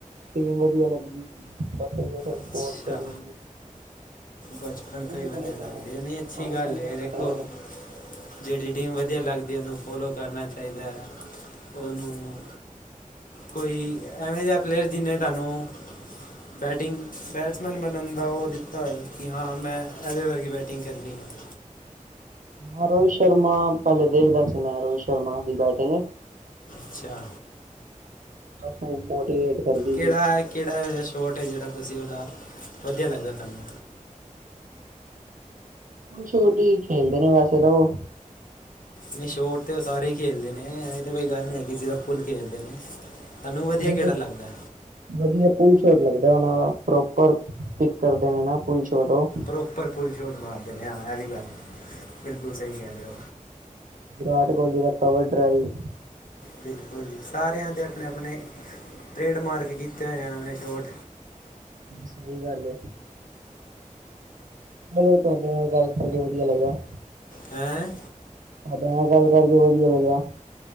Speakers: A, on the right; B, on the left.
A: ਟੀਮ ਵਧੀਆ ਲੇ ਬਸ ਸਪੋਰਟ
B: ਅੱਛਾ
A: ਕਰੀ।
B: ਬਚਪਨ
A: ਤੁਸੀਂ
B: ਤੋਂ ਹੀ
A: ਕਿਹੜੀ
B: ਵਧੀਆ
A: ਟੀਮ
B: ਲੱਗਦੇ, ਇਹ ਨਹੀਂ ਅੱਛੀ
A: ਤੁਹਾਨੂੰ
B: ਗੱਲ
A: ਕਿਹੜੀ
B: ਇਹ
A: ਟੀਮ
B: ਦੇਖੋ।
A: ਵਧੀਆ ਲੱਗਦੀ
B: ਜਿਹੜੀ ਟੀਮ ਵਧੀਆ ਲੱਗਦੀ ਹੈ, ਉਹਨੂੰ ਫੋਲੋ ਕਰਨਾ ਚਾਹੀਦਾ ਹੈ ਉਹਨੂੰ ਕੋਈ ਐਵੇਂ ਜਿਹਾ, ਪਲੇਅਰ ਜਿਹਨੇ ਤੁਹਾਨੂੰ ਬੈਟਿੰਗ, ਬੈਟਸਮੈਨ ਬਣਨ ਦਾ ਉਹ ਦਿੱਤਾ ਹੈ ਕਿ ਹਾਂ, ਮੈਂ ਇਹਦੇ ਵਰਗੀ ਬੈਟਿੰਗ ਕਰਨੀ ਹੈ।
A: ਹਾਂ, ਰੋਹਿਤ ਸ਼ਰਮਾ ਪਹਿਲੇ ਦੇਖਦਾ ਸੀ ਮੈਂ ਰੋਹਿਤ ਸ਼ਰਮਾ ਦੀ ਬੈਟਿੰਗ।
B: ਅਛਾ।
A: ਹਸਮੁਖ, ਮੋਟੀਵੇਟ ਕਰਦੀ
B: ਕਿਹੜਾ
A: ਸੀ।
B: ਕਿਹੜਾ ਇਹੋ ਜਿਹਾ ਸ਼ੋਟ ਹੈ ਜਿਹੜਾ ਤੁਸੀ ਉਹਦਾ ਵਧੀਆ ਲਗਦਾ ਤੁਹਾਨੂੰ?
A: ਛੋਟੀ ਖੇਲਦੇ ਨੇ ਵੈਸੇ ਤਾਂ ਉਹ।
B: ਨੀ ਸ਼ੋਰਟ ਤੇ ਉਹ ਸਾਰੇ ਹੀ ਖੇਲਦੇ ਨੇਂ ਇਹ ਤਾਂ ਕੋਈ ਗਲ ਨਹੀ ਹੈਗੀ ਸੀ ਤਾਂ ਫੁੱਲ ਖੇਲਦੇ ਨੇ। ਤੁਹਾਨੂੰ
A: ਨਹੀਂ
B: ਵਧੀਆ ਕਿਹੜਾ
A: ਬ <unintelligible>
B: ਲੱਗਦਾ
A: ਵਧੀਆ ਪੁੂਲ ਸ਼ੋਰਟ ਲੱਗਦਾ ਉਹਨਾਂ ਦਾ ਪ੍ਰੋਪਰ ਪਿਕ ਕਰਦੇ ਨੇ ਨਾ ਪੁੂਲ ਸ਼ੋਰਟ ਉਹ।
B: ਪ੍ਰੋਪਰ ਪੁੂੱਲ ਸ਼ੋਰਟ ਮਾਰ ਦੇਂਨੇ ਹਾਂ ਇਹ ਵੀ ਗੱਲ ਬਿਲਕੁਲ ਸਹੀ ਕਹਿ ਰਹੇ ਹੋ।
A: ਵਿਰਾਟ ਕੋਹਲੀ ਦਾ ਕਵਰ ਡਰਾਈਵ,
B: ਬਿਲਕੁਲ ਜੀ ਸਾਰਿਆਂ ਦੇ ਆਪਣੇ-ਆਪਣੇ ਟ੍ਰੇਡ ਮਾਰਕ ਕੀਤੇ ਹੋਏ, ਜਾਣ ਨੇ ਸ਼ਛੋਟ
A: ਸਹੀ ਗੱਲ ਐ। ਚਲੋ, ਤੁਹਾਡੇ ਨਾਲ ਗੱਲ ਕਰਕੇ ਵਧੀਆ ਲੱਗਿਆ।
B: ਹੈਂ,
A: ਤੁਹਾਡੇ ਨਾਲ ਗੱਲ ਕਰਕੇ ਵਧੀਆ ਲੱਗਿਆ।